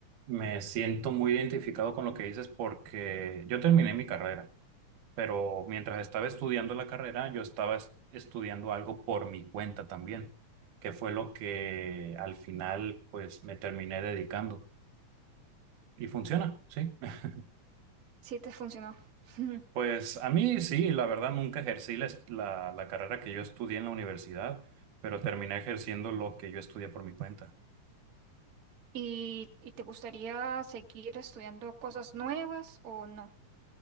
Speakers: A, on the right; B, on the right.
A: me siento muy identificado con lo que dices porque yo terminé mi carrera, pero mientras estaba estudiando la carrera, yo estaba es- estudiando algo por mi cuenta también, que fue lo que al final pues me terminé dedicando y funciona, sí. <laughs>
B: Sí, te funcionó. <laughs>
A: Pues a mí sí, la verdad nunca ejercí la, est- la la carrera que yo estudié en la universidad, pero terminé ejerciendo lo que yo estudié por mi cuenta.
B: ¿Y, y te gustaría seguir estudiando cosas nuevas o no?